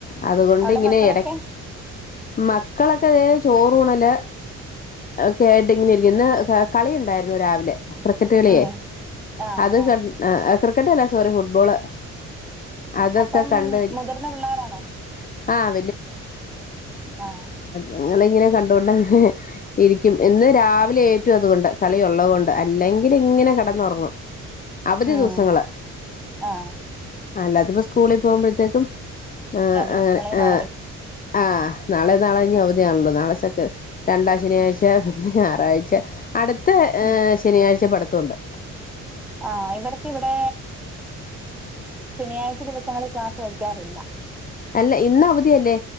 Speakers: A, on the left (about 30°); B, in the centre.
A: അതുകൊണ്ട്
B: അവിടെ
A: ഇങ്ങനെ
B: മക്കളൊക്കെ
A: ഇട മക്കളൊക്കെ അതെ ചോറൂണല് ക്കെയായിട്ട് ഇങ്ങനെ ഇരിക്കന്ന് ഇന്ന് കളിയുണ്ടായിരുന്നു രാവിലെ ക്രിക്കറ്റ് കളിയേ
B: ഉം ആഹ്
A: അത്
B: ആഹ്
A: ക ക്രിക്കറ്റ് അല്ല സോറി ഫുട്ബോള് അതൊക്കെ
B: അപ്പം
A: കണ്ട്
B: മുതിർന്ന പിള്ളോരാണോ
A: ആഹ്
B: ആ
A: നിങ്ങളിങ്ങനെ കണ്ടുകൊണ്ടങ്ങനെ ഇരിക്കും ഇന്ന് രാവിലെ ഏറ്റു അതുകൊണ്ട് കളി ഉള്ളത് കൊണ്ട് അല്ലെങ്കിൽ ഇങ്ങനെ കിടന്നുറങ്ങും അവധി
B: ഉം
A: ദിവസങ്ങള്
B: ആഹ്
A: അല്ലാത്തപ്പ സ്കൂളിൽ പോകുമ്പോഴത്തേക്കും ആ
B: അനിയൻ
A: അങ്ങനെ
B: നാളെയും
A: ആ
B: നാളെ
A: ആ നാളെ നാളെ കഴിഞ്ഞും അവധിയണല്ലോ നാളെ സെക്ക രണ്ടാം ശനിയാഴ്ച പിന്നെ ഞായറാഴ്ച അടുത്ത ഏ
B: ഉം
A: ശനിയാഴ്ച പഠിത്തണ്ട്
B: ആ ഇവർക്ക് ഇവിടെ ശനിയാഴ്ച ദിവസങ്ങളിൽ ക്ലാസ്സ് വയ്ക്കാറില്ല
A: അല്ല ഇന്ന് അവധിയല്ലേ